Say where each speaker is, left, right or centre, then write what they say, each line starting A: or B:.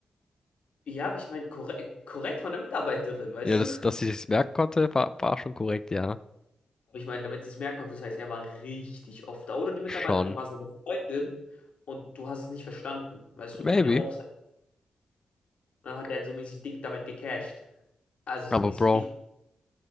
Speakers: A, on the left; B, on the left.
A: Ja, aber ich meine, korrekt, korrekt von der Mitarbeiterin, weißt
B: Ja, das,
A: du?
B: dass ich es merken konnte, war, war schon korrekt, ja.
A: Aber ich meine, damit sie es merken konnte, das heißt, er war richtig oft da. Oder die Mitarbeiterin
B: Schon.
A: war seine Freundin und du hast es nicht verstanden. Weißt du,
B: Maybe.
A: kann ja auch sein. Dann hat er halt so mäßig dick damit gecasht. Also so
B: Aber
A: mäßig
B: Bro,
A: dick.